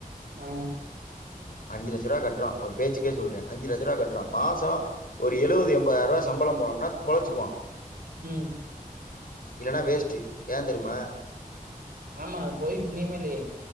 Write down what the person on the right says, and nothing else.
ஆ
ம்
ஆமா அது போய் புண்ணியமே இல்லெயே